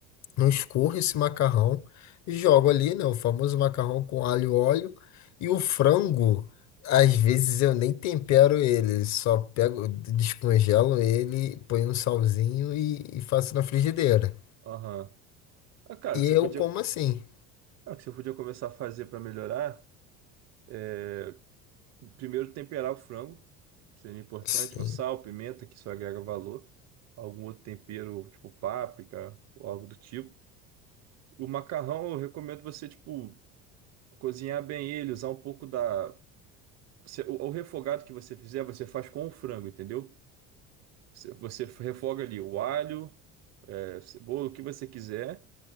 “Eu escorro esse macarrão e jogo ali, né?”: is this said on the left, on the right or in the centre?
Left